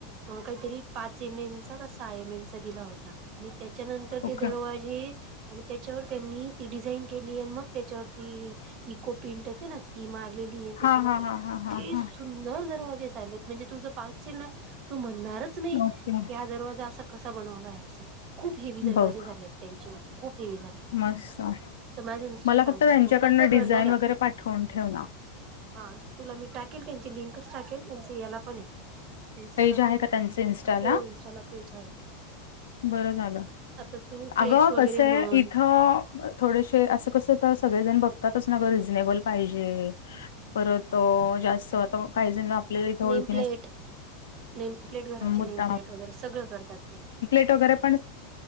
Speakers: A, on the right; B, on the left.
A: काही तरी, पाच एम एम चा का सहा एम एम चा <unintelligible> दिला होता, आणि त्याच्या नंतर ते
B: ओके
A: दरवाजी आणि त्याच्यावर त्यांनी ती डिझाईन केली, आणि मग त्याच्यावर ती इको पिंट येते ना ती मारलेली त्याच्या,
B: हा
A: नंतर
B: हा
A: इतकी
B: हा हा हा हा
A: सुं सुंदर दरवाजे चाललेत, म्हणजे तुजं पाहशील ना तू म्हणणारच नाही,
B: ओके
A: की हा दरवाजा असा बन अस खूप हेवी दरवाजे
B: बघ
A: झाले त्यांच्या व खूप हेवी झालेले
B: मस्त
A: तर माझे मिस्टर
B: मला
A: सांगतात
B: फक्त त्यांच्याकडनं
A: स्वतःच
B: डिझाईन
A: घर झालं
B: वगैरे पाठवून ठेव ना.
A: हा तुला मी टाकेल त्यांची लिंकच टाकेल त्यांच याला पण आहे इं्स्टाला
B: पेज आहे
A: पण
B: का त्यांचं इन्स्टाला?
A: हो इनस्टाला पेज आहे
B: बरं झालं
A: आता तू फ्लेक्स
B: अगं
A: वगैरे
B: कसं आहे
A: म्हण
B: इथ थोडेसे असं कसं तर सगळेजण बघतातच ना ग रिझनेबल पाहिजे परत तो जास्त आता काही जण आपल्याला इथं ओळखी
A: नेमप्लेट नेमप्लेट
B: नसल्यामुळे
A: घराची
B: मुद्दाम
A: नेमप्लेट वगैरे सगळं करतात ते
B: <unintelligible> वगैरे